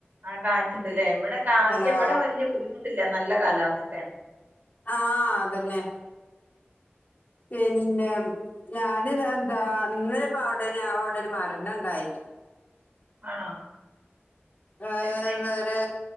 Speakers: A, on the right; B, on the left.
A: ആ കാറ്റ്ണ്ട്ല്ലേ ഇവട് <unintelligible>
B: ഹലോ
A: ഇല്ല്യ ഇവടെ വല്യ ബുദ്ധിമുട്ട് ഇല്ല നല്ല കാലാവസ്ഥയാണ്
B: ആഹ് അതെന്നെ പിന്നെ ഞാന് ഇത് എന്താ ഇന്നലെ ഇപ്പ അവടെ ഞങ്ങളവിടെ ഒര് മരണണ്ടായി
A: ആണോ
B: ഏഹ്
A: അതെങ്ങനെ
B: ഒരു